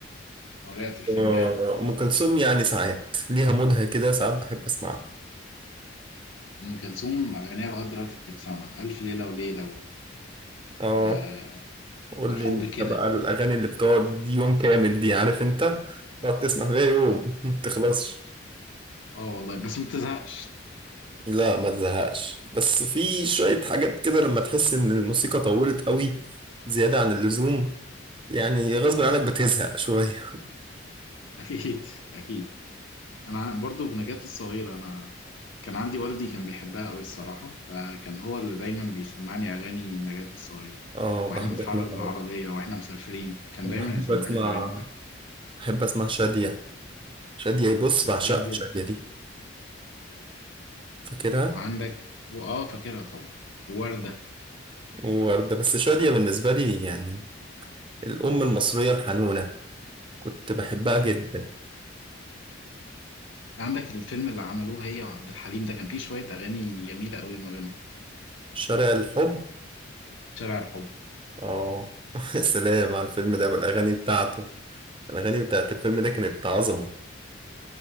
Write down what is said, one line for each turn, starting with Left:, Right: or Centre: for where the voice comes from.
Left: قارئة الفنجان
Right: آه، أم كلثوم يعني ساعات ليها مودها كده ساعات بحب اسمعها
Left: أم كلثوم أغانيها لغاية دلوقتي بتتسمع ألف ليلة وليلة و...
Right: اه
Left: و...
Right: قول
Left: والحب
Right: لي انت
Left: كده
Right: بقى الاغاني اللي بتقعد دي يوم كامل دي عارف انت تقعد تسمع فيها يوم <laughs> ما بتخلصش
Left: اه والله بس ما بتزهقش
Right: لا ما تزهقش بس في شوية حاجات كده لما تحس ان الموسيقى طولت قوي زيادة عن اللزوم يعني غصب عنك بتزهق شوية
Left: <laughs> أكيد أكيد انا برضو في نجاة الصغيرة انا كان عندي والدي كان بيحبها قوي الصراحة فكان هو اللي دايما بيسمعني اغاني نجاة الصغيرة
Right: اه
Left: واحنا
Right: بحب
Left: بنتحرك
Right: اسمع برضه.
Left: بالعربية واحنا مسافرين كان
Right: بحب
Left: دايما يسمعني
Right: اسمع
Left: الاغاني بتاعتها
Right: بحب اسمع شادية شادية بص بعشقها
Left: شادية
Right: شادية دي فاكرها
Left: وعندك واه فاكرها طبعا ووردة
Right: ووردة بس شادية بالنسبة لي يعني الأم المصرية الحنونة كنت بحبها جدا
Left: <laughs> عندك الفيلم اللي عملوه هي وعبد الحليم ده كان فيه شوية اغاني جميلة قوي ما بينهم
Right: شارع الحب
Left: شارع الحب
Right: اه <laughs> سلام على الفيلم ده والاغاني بتاعته الاغاني بتاعت الفيلم ده كانت عظمه